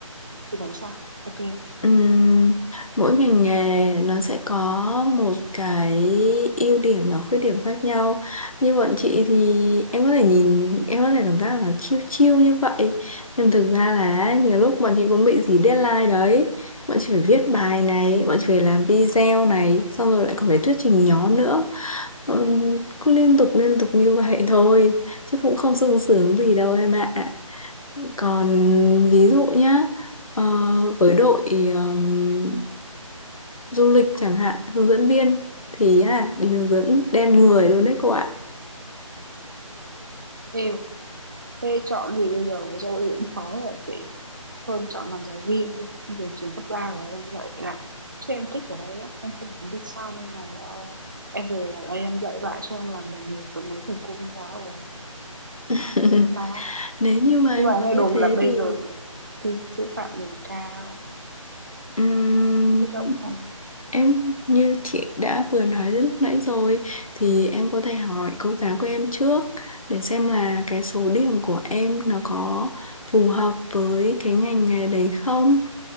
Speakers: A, on the right (about 35°); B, on the left (about 80°).
A: thì thấy sao ok không?
B: Ừm, mỗi ngành nghề nó sẽ có một cái ưu điểm và khuyết điểm khác nhau. Như bọn chị thì em có thể nhìn, em có thể cảm giác là nó chill chill như vậy. Nhưng thực ra là nhiều lúc bọn chị cũng bị dí deadline đấy. Bọn chị phải viết bài này, bọn chị phải làm video này, xong rồi lại còn phải thuyết trình nhóm nữa. Ừm, cứ liên tục liên tục như vậy thôi, chứ cũng không sung sướng gì đâu em ạ. Còn ví dụ nhá, ờ, với đội ờm, du lịch chẳng hạn, hướng dẫn viên thì à, đi hướng dẫn đen người luôn đấy cô ạ.
A: Đợi- Thế chọn gì bây giờ giáo gì cũng khó rồi chị Hơn chọn làm giáo viên đi Em về trường cấp 3 của em dạy lại Chứ em thích ở đây lắm Em không muốn đi xa nơi này đâu Em về lại đây em dạy lại cho em làm đồng nghiệp Với mấy thầy cô giáo của em
B: <laughs>
A: Tướng ta
B: Nếu như mà
A: Nhưng
B: em
A: mà
B: muốn
A: nghe
B: như
A: đồn
B: thế
A: là bây
B: thì
A: giờ Thi sư phạm điểm cao
B: ừm,
A: Không biết đậu không
B: em như chị đã vừa nói lúc nãy rồi thì em có thể hỏi cô giáo của em trước để xem là cái số điểm của em nó có phù hợp với cái ngành nghề đấy không